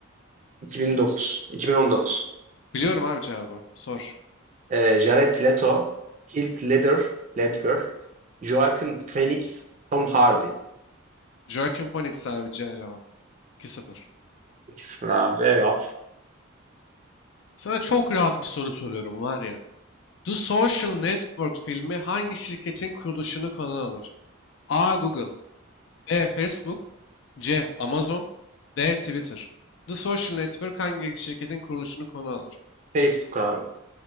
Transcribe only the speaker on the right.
2009, 2019.
Ee, Jared Leto, Heath Ledger, Ledger, Joaquin Phoenix, Tom Hardy.
2 sıfır abi. Eyvah.
Facebook abi.